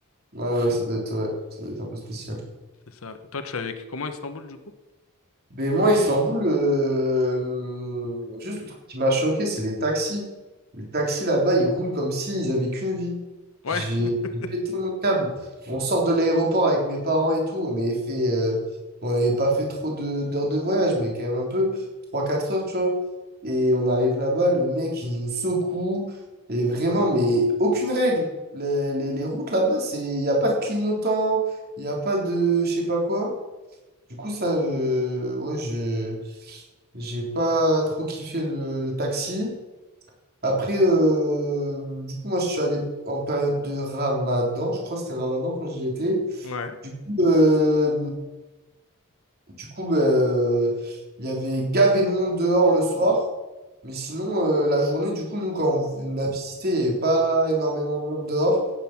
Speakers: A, on the right; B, on the left.
A: ouais, ouais, ça doit être, ouais, ça doit être un peu spécial.
B: C'est ça. Toi, tu as vécu comment à Istanbul, du coup?
A: Mais moi, Istanbul, euh, juste le truc qui m'a choqué, c'est les taxis. Les taxis là-bas, ils roulent comme s'ils avaient qu'une vie.
B: Ouais,
A: J'ai
B: <laughs>
A: j'ai pété mon câble. On sort de l'aéroport avec mes parents et tout. On avait fait, euh, on n'avait pas fait trop de- d'heures de voyage, mais quand même un peu, trois quatre heures, tu vois. Et on arrive là-bas, le mec, il nous secoue. Et vraiment, mais aucune règle. Les, les- les routes là-bas, c'est, il n'y a pas de clignotant, il n'y a pas de je sais pas quoi. Du coup, ça, euh, ouais, j'ai, j'ai pas trop kiffé le, le taxi. Après, euh, du coup, moi, je suis allé en période de Ramadan. Je crois que c'était Ramadan quand j'y étais.
B: ouais.
A: Du coup, euh, du coup, bah, euh, il y avait gavé de monde dehors le soir. Mais sinon, euh, la journée, du coup, nous, quand on a visité, il n'y avait pas énormément de monde dehors.